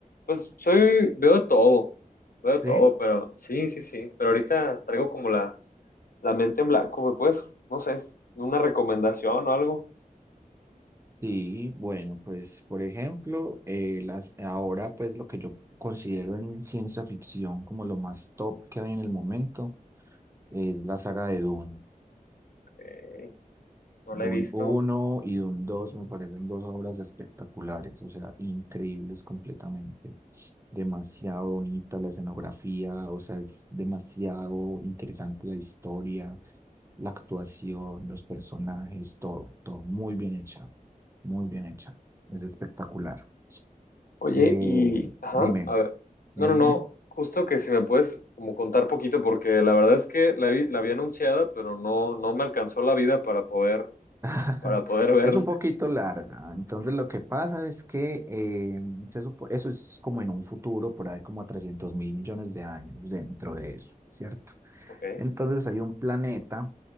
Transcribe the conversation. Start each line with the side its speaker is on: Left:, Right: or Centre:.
Left: pues, soy, veo de todo, veo de todo,
Right: ¿Sí?
Left: pero sí, sí, sí. Pero ahorita traigo como la La mente en blanco, pues, pues, no sé, una recomendación o algo.
Right: Sí, bueno, pues por ejemplo, eh, las, ahora pues lo que yo considero en ciencia ficción como lo más top que hay en el momento es la saga de Dune.
Left: Eh, no
Right: Dune
Left: la he visto.
Right: uno y Dune dos me parecen dos obras espectaculares, o sea, increíbles completamente. Demasiado bonita la escenografía, o sea, es demasiado interesante la historia, la actuación, los personajes, todo, todo muy bien hecha, muy bien hecha. Es espectacular.
Left: Oye,
Right: Eh,
Left: y, ajá,
Right: dime,
Left: a ver.
Right: dime,
Left: No, no, no.
Right: dime.
Left: Justo que si me puedes como contar poquito, porque la verdad es que la, vi- la había anunciada, pero no, no me alcanzó la vida para poder,
Right: <laughs>
Left: para poder verla.
Right: Es un
Left: <laughs>
Right: poquito larga. Entonces, lo que pasa es que eh, se supo- eso es como en un futuro, por ahí como a trescientos mil millones de años dentro de eso, ¿cierto?
Left: Ok,
Right: Entonces, hay un planeta